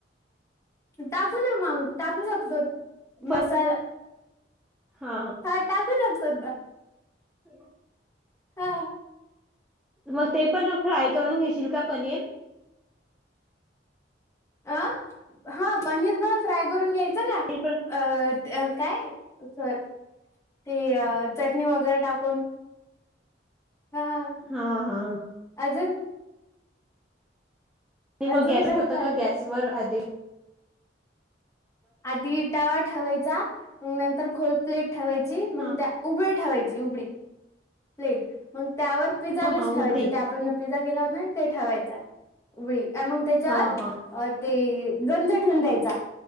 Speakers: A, on the left; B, in the centre.
A: टाकू ना मग, टाकू शकतो,
B: पण
A: मसाला
B: हां
A: हां टाकू शकतात ना
B: <inaudible>
A: हां
B: मग ते पण फ्राय करून घेशील का पनीर?
A: आ, हां पनीर पण फ्राय करून घ्यायचं ना,
B: ते पण
A: अ काय, सॉरी ते चटणी वगैरे टाकून हां,
B: हां, हां.
A: अजून?
B: मग
A: अजून
B: गॅस
A: घण
B: ठेवता
A: झालं
B: का? गॅस वर आधी
A: आधी इटावा ठेवायचा, मग नंतर खोल प्लेट ठेवायची, मग
B: हां.
A: त्या उभी ठेवायची उबडी. प्लेट, मग त्यावर पिझ्झा
B: हां,
A: बेस
B: हां.
A: ठेवायच,
B: उबडी.
A: ते आपण पिझ्झा केला होता ना ते ठेवायचा उगडी, आणि मग त्याच्यावर
B: हां, हां.
A: अ, ते, गंज ठेवून द्यायचा,